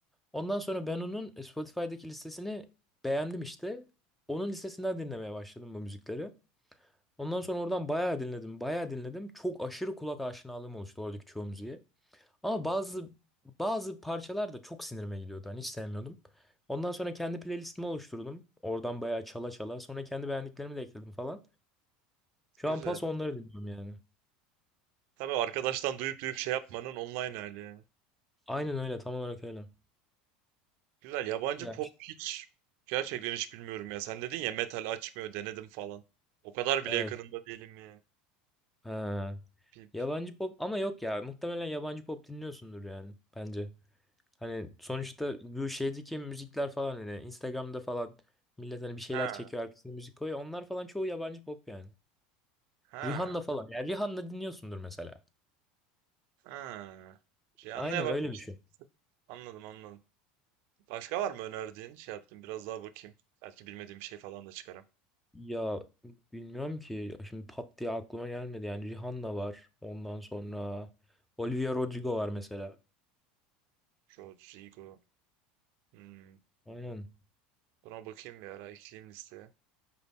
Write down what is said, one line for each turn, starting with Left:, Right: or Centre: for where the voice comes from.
Centre: Ondan sonra ben onun e, Spotify'daki listesini beğendim işte. Onun listesinden dinlemeye başladım bu müzikleri. Ondan sonra oradan bayağı dinledim, bayağı dinledim. Çok aşırı kulak aşinalığım oluştu oradaki çoğu müziğe. Ama bazı bazı parçalar da çok sinirime gidiyordu. Hani hiç sevmiyordum. Ondan sonra kendi playlistimi oluşturdum. Oradan bayağı çala çala. Sonra kendi beğendiklerimi de ekledim falan. Şu
Right: güzel.
Centre: an paso onları dinliyorum yani.
Right: Tabii arkadaştan duyup duyup şey yapmanın online hali ya.
Centre: Aynen öyle, tam olarak öyle.
Right: Güzel. Yabancı
Centre: Ya
Right: pop
Centre: işte,
Right: hiç gerçekten hiç bilmiyorum ya. Sen dedin ya metal açmıyor denedim falan. O kadar bile
Centre: evet.
Right: yakınında değilim ya.
Centre: Ha.
Right: Bir-
Centre: Yabancı
Right: bir-
Centre: pop ama yok ya. Muhtemelen yabancı pop dinliyorsundur yani bence. Hani sonuçta bu şeydeki müzikler falan hani Instagram'da falan millet hani bir şeyler
Right: ha
Centre: çekiyor arkasına müzik koyuyor. Onlar falan çoğu yabancı pop yani.
Right: ha
Centre: Rihanna falan. Ya Rihanna dinliyorsundur mesela.
Right: ha. Şey anlaya
Centre: Aynen
Right: bakmıştım.
Centre: öyle bir şey.
Right: Anladım anladım. Başka var mı önerdiğin? Şey yaptım biraz daha bakayım. Belki bilmediğim bir şey falan da çıkarım.
Centre: Ya bilmiyorum ki. Ya Şimdi pat diye aklıma gelmedi. Yani Rihanna var. Ondan sonra Olivia Rodrigo var mesela.
Right: Rodrigo. Hmm.
Centre: Aynen.
Right: Buna bakayım bir ara ekleyeyim listeye.